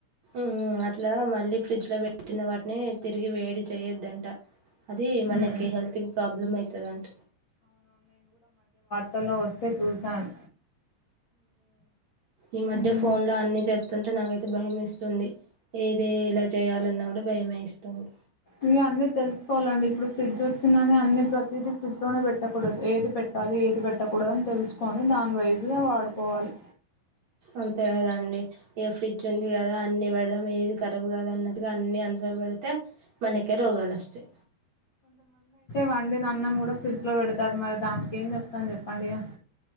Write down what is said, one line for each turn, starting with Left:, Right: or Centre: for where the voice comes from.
Right: మ్మ్ అట్లా మళ్ళీ ఫ్రిడ్జ్ లో పెట్టిన వాటిని తిరిగి వేడి చేయొద్దంట అది మనకి
Left: ఉమ్
Right: హెల్త్ కి ప్రాబ్లం అయితదంట
Left: తలో వస్తే చూశాను
Right: ఈ మధ్య
Left: ఉమ్,
Right: ఫోన్ లో అన్ని చే స్తుంటే నాకైతే భయం ఏస్తుంది ఏది ఇలా చేయాలన్నా కూడా భయమేస్తుంది
Left: ఇగ అన్నీ తెలుసుకోవాలండి ఇప్పుడు ఫ్రిడ్జ్ వచ్చిందని అన్ని ప్రతిదీ ఫ్రిడ్జ్ లోనే పెట్టకూడదు ఏది పె ట్టాలి ఏది పెట్టకూడదు అని తెలుసుకొని దాని వైజ్గా వాడుకోవాలి
Right: అంతే కదాండి ఇక ఫ్రిడ్జ్ ఉంది కదా అన్ని పెడదాం ఏది ఖరాబ్ కాదు అన్నట్టుగా అన్ని అందు లో బడతే మనక రోగలోస్తాయి
Left: వండి నా అన్నం కూడా ఫ్రిడ్జ్ లో పెడతారు మరి దానికి ఏం చెప్తాం చెప్పండి ఇగ